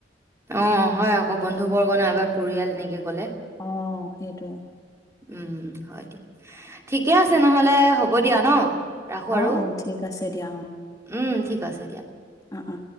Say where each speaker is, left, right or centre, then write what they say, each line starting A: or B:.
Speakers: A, on the right; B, on the left.
A: অ হয় আকৌ বন্ধুবৰ্গ ক নাইবা পৰিয়াল এনেকে ক'লে
B: অ সেইটোৱে
A: উম হয় ঠিক ঠিকে আছে নহলে হ'ব দিয়া ন ৰাখোঁ আৰু
B: অ অ ঠিক আছে দিয়া
A: উম, ঠিক আছে দিয়া।
B: অ অ অ